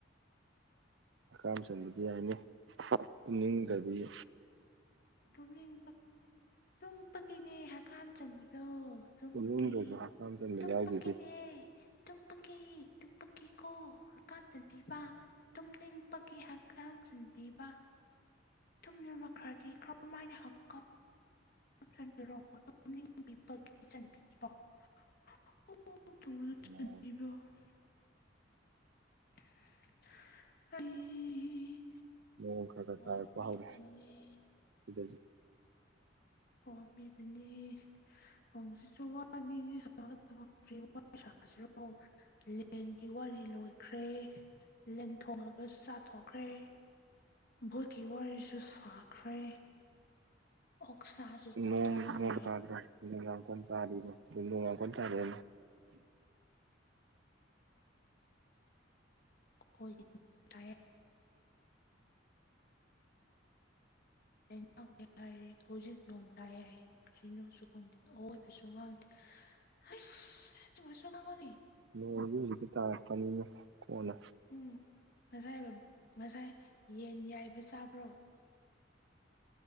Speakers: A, on the right; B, on the left.
A: ꯍꯀꯥꯝ ꯆꯟꯕꯗꯤ ꯌꯥꯢꯖ ꯇꯨꯝꯅꯤꯡꯗꯗꯤ
B: ꯇꯨꯝꯅꯤꯡ ꯇꯨꯝ ꯄꯀꯤꯅꯦ ꯍꯀꯥꯝ ꯆꯟꯕꯗꯣ ꯇꯨꯝꯕꯀꯤ
A: ꯇꯨꯝꯅꯤꯡꯗ꯭ꯔꯁꯨ ꯍꯛꯀꯥꯝ ꯆꯟꯕ
B: ꯇꯨꯝꯕꯀꯤꯅꯦ
A: ꯌꯥꯎꯗꯨꯗꯤ
B: ꯇꯨꯝ ꯄꯀꯤ ꯇꯨꯝ ꯄꯀꯤꯀꯣ ꯍꯛꯀꯥꯝ ꯆꯟꯕꯤꯕ ꯇꯨꯝꯅꯤꯡꯕꯒꯤ ꯍꯛꯆꯥꯡ ꯆꯟꯕꯤꯕ ꯇꯨꯝꯅ ꯃꯈꯔꯗꯤ ꯃꯥꯏꯅ ꯍꯛ <unintelligible> <unintelligible>
A: ꯅꯣꯡ
B: ꯑꯩ
A: ꯅꯤꯌꯣꯝ ꯈꯔ ꯈꯔ
B: ꯋꯥꯕꯤꯕꯅꯦ
A: ꯇꯥꯏꯔꯛꯄ ꯍꯧꯔꯛꯑꯦ ꯁꯤꯗꯁꯨ
B: ꯄꯣꯔꯝꯄꯤꯕꯅꯤ <unintelligible> ꯂꯦꯟꯒꯤ ꯋꯥꯔꯤ ꯂꯣꯏꯈ꯭ꯔꯦ ꯂꯦꯟ ꯊꯣꯡꯉꯒ ꯆꯥꯊꯣꯛꯈ꯭ꯔꯦ ꯚꯣꯠꯀꯤ ꯋꯥꯔꯤꯁꯨ ꯁꯥꯈ꯭ꯔꯦ ꯑꯣꯛꯁꯥꯁꯨ ꯆꯥꯊꯣꯛꯈ꯭ꯔꯦ
A: ꯅꯣꯡꯣꯡ ꯇꯥꯗꯣꯡꯡ ꯀ ꯇꯥ ꯑꯗꯨ ꯅꯣꯡꯉꯡ ꯀ ꯇꯥꯔ
B: <unintelligible> ꯂꯅꯥꯎ ꯍꯥꯏꯔꯤ ꯍꯧꯖꯤꯛ ꯅꯣꯡ ꯇꯥꯏ ꯍꯥꯏ ꯀꯅꯣꯁꯨ ꯈꯪꯗꯦ ꯑꯋꯣꯏꯕꯁꯨ ꯉꯥꯡꯗꯦ ꯑꯁ <unintelligible>
A: ꯅꯣꯡ ꯍꯧꯖꯤꯛ ꯍꯧꯖꯤꯛꯇꯤ ꯇꯥꯔꯛꯄꯅꯤꯅ ꯀꯣꯟꯅ
B: ꯎꯝ ꯉꯁꯥꯏ ꯉꯁꯥꯏ ꯌꯦꯟ ꯌꯥꯏꯕ ꯆꯥꯕ꯭ꯔꯣ